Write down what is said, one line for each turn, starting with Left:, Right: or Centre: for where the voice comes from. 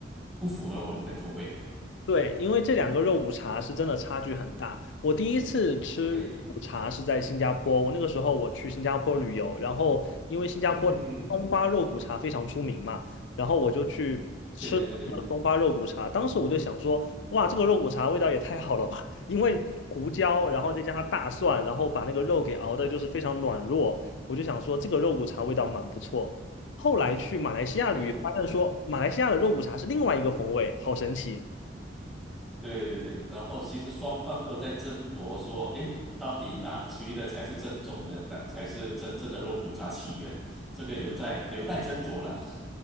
Centre: 不符合我们的口味。
Left: 对，因为这两个肉骨茶是真的差距很大。我第一次吃肉骨茶是在新加坡，
Centre: 对，
Left: 我那个时候我去新加坡旅游，然后因为新加坡的松花肉骨茶非常出名嘛，
Centre: 嗯哼哼，
Left: 然后我就去吃了东巴肉骨茶。
Centre: 对对对对
Left: 当时我就想说，哇，这个肉骨茶味道也太好了吧！<laughs> 因为胡椒，然后再加上大蒜，然后把那个肉给熬的就是非常软糯，我就想说这个肉骨茶味道蛮不错。后来去马来西亚旅游，
Centre: 对对
Left: 发现说马来西亚的肉骨茶是另外一个风味，好神奇。
Centre: 对对对。然后其实双方都在争夺说，诶，到底哪谁的才是正宗的，哪才是真正的肉骨茶起源？这个有在有待斟酌了。